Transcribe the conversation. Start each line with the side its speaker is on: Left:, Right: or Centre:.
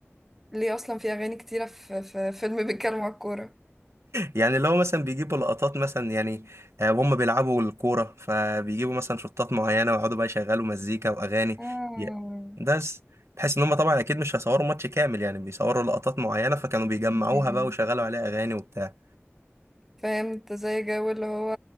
Centre: ليه اصلا في اغاني كتيرة في, في فيلم بيتكلم على الكورة
Right: يعني اللي هو مثلا بيجيبوا لقطات مثلا يعني آه، وهم بيلعبوا الكورة فبيجيبوا مثلا شطات معينة ويقعدوا بقى يشغلوا مزيكا وأغاني
Centre: آه.
Right: ي-
Centre: <laughs>
Right: بس بحيث إن هم طبعا أكيد مش هيصوروا ماتش كامل يعني بيصوروا لقطات معينة فكانوا بيجمعوها
Centre: م- م.
Right: بقى ويشغلوا عليها أغاني وبتاع
Centre: فهمت زي جو اللي هو